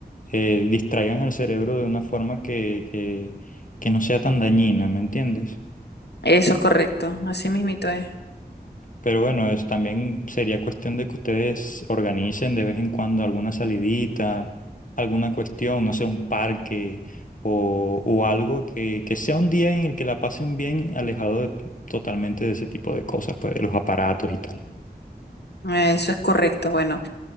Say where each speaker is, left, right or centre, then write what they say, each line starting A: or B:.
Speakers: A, on the left; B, on the left.
A: eh, distraigan al cerebro de una forma que, que, que no sea tan dañina, ¿me entiendes?
B: Eso es correcto, así mismito es.
A: Pero bueno, es también sería cuestión de que ustedes organicen de vez en cuando alguna salidita, alguna cuestión, no sé, un parque o, o algo que, que sea un día en el que la pasen bien, alejado de- totalmente de ese tipo de cosas, pues de los aparatos y tal.
B: Eso es correcto. Bueno.